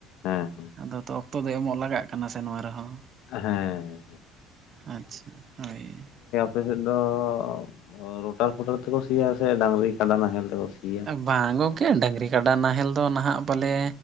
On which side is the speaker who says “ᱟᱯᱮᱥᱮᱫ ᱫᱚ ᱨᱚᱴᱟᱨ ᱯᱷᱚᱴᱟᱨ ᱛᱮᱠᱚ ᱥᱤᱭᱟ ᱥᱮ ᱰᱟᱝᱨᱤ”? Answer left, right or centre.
Left